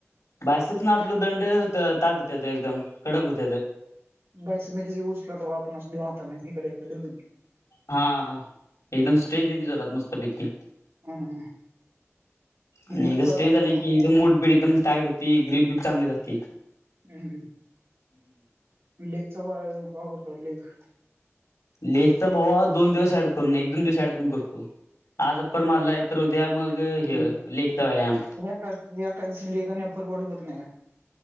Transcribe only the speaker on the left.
बायसेत ना आपलं दंड त- ताट हुत्यात एकदम. कडक होत
हा हा एकदम स्ट्रेंथ जोरात मस्त पैकी.
आणि
स्ट्रे
झाले
की एकदम मूड बीड एकदम टाइट होती ग्रीप बी चांगली राहती.
लेखत भाऊा दोन दिवस ऍड करून एक दोन दिवस ऍड करून करतो. आज अप्पर मारला तर उद्या मग हय
लेगचा व्यायाम.